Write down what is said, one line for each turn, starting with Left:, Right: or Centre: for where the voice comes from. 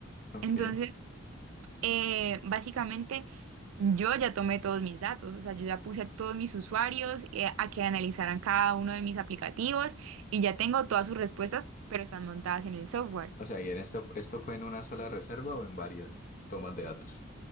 Left: ok.
Right: Entonces, eh, básicamente yo ya tomé todos mis datos, o sea, yo ya puse a todos mis usuarios eh, a que analizaran cada uno de mis aplicativos y ya tengo todas sus respuestas, pero están montadas en el software.
Left: O sea, ¿y en esto, esto fue en una sola reserva o en varias tomas de datos?